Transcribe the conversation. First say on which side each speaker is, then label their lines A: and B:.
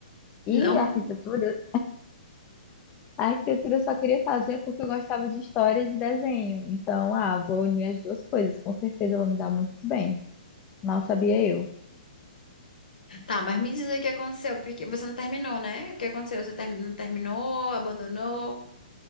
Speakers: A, on the left (about 25°); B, on the left (about 80°).
A: E
B: Não,
A: a
B: me-
A: arquitetura, a arquitetura eu só queria fazer porque eu gostava de história e de desenho. Então, ah, vou unir as duas coisas, com certeza eu vou me dar muito bem. Mal sabia eu.
B: tá, mas me diz aí o que aconteceu, porque você não terminou, né? O que aconteceu? Você termi- não terminou, abandonou?